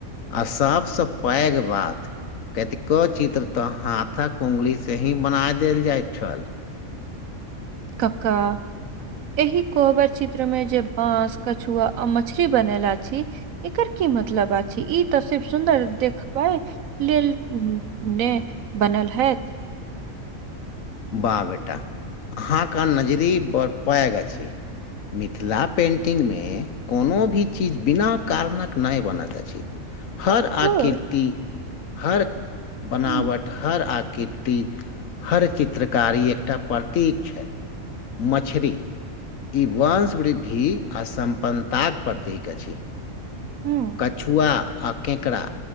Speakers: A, on the left; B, on the right.
A: आ सभसँ पैघ बात। कतिको चित्र तऽ हाथक उंगली से ही बना देल जायत छल।
B: कका। एहि कोहबर चित्र मे जे बांस कछुआ आ मछरी बनैला छी। एकर की मतलबा ई तऽ सिर्फ सुन्दर देखबै। लेल ने बनल हाएथ
A: बा बेटा अहाॅंके नजरी बड़ पैघ अछि। मिथिला पेन्टिंगमे। कोनो भी चीज बिना कारणक नय बनैत अछि। हर आकृति
B: हँ।
A: हर बनावट
B: हम्म
A: हर आकृति। हर चित्रकारी एकटा प्रतीक छै मछरी। ई वंशवृद्धि आ सम्पन्नताक प्रतीक अछि।
B: हूँ।
A: कछुआ आ केकरा।